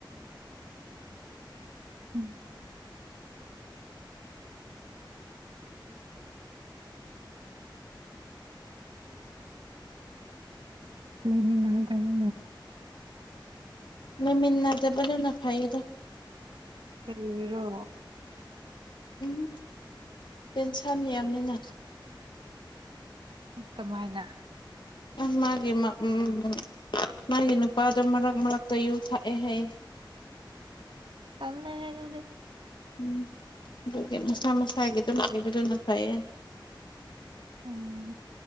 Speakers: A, on the right; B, on the left.
A: ꯎꯝ꯫ ꯂꯩꯃꯤꯟꯅꯒꯅꯣ꯫
B: ꯂꯩꯃꯤꯟꯅꯗꯕꯗꯨꯅ ꯐꯩꯗ꯫
A: ꯀꯔꯤꯒꯤꯔꯣ꯫
B: ꯎꯝ ꯇꯦꯟꯁꯟ ꯌꯥꯝꯃꯦꯅ꯫
A: ꯀꯃꯥꯏꯅ
B: ꯑ ꯃꯥꯒꯤ ꯃꯥ ꯎꯝ ꯃꯥꯒꯤ ꯅꯨꯄꯥꯗꯣ ꯃꯔꯛ ꯃꯔꯛꯇ ꯌꯨ ꯊꯥꯛꯑꯦ ꯍꯩꯌꯦ
A: ꯇꯟꯂꯦꯍꯦ ꯗꯨꯗꯤ
B: ꯎꯝ ꯑꯗꯨꯒꯤ ꯃꯁꯥ ꯃꯁꯥꯒꯤ ꯑꯗꯨꯝ ꯂꯩꯕꯗꯨꯅ ꯐꯩꯌꯦ
A: ꯎꯝ